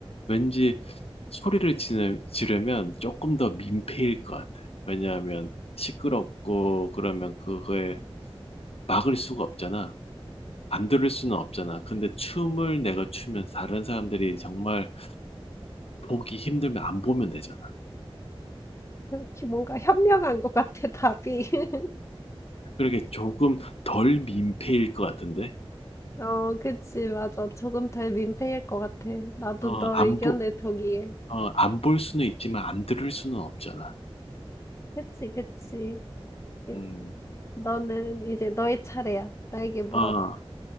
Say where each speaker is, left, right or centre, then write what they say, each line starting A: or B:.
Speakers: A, on the left (about 75°); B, on the left (about 30°).
A: 왠지 소리를 지르, 지르면 조금 더 민폐일 것 같아. 왜냐하면 시끄럽고 그러면 그거에 막을 수가 없잖아. 안 들을 수는 없잖아. 근데 춤을 내가 추면 다른 사람들이 정말 보기 힘들면 안 보면 되잖아.
B: 이렇게 뭔가 현명한 것 같아, 답이. <laughs>
A: 그렇게 조금 덜 민폐일 것 같은데?
B: 어, 그치, 맞아. 조금 덜 민폐일 것 같아. 나도
A: 어,
B: 너
A: 안
B: 의견에
A: 보,
B: 동의해.
A: 어, 안 볼 수는 있지만 안 들을 수는 없잖아.
B: 그치, 그치. 이-
A: 음,
B: 너는 이제 너의 차례야. 나에게 물어봐.
A: 어,